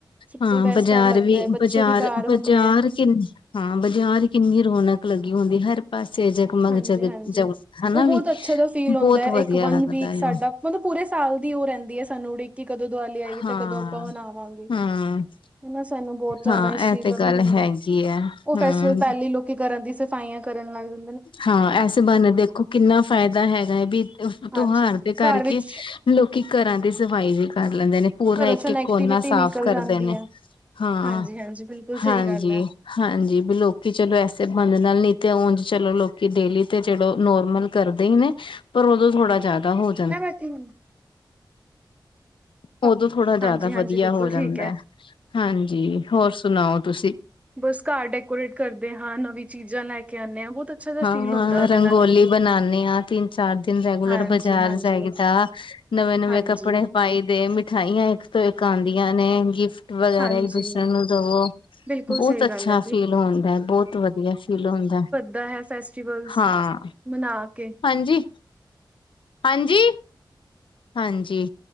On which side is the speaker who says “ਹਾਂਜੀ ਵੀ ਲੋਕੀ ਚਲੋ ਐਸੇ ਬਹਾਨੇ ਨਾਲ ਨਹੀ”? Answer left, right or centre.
Left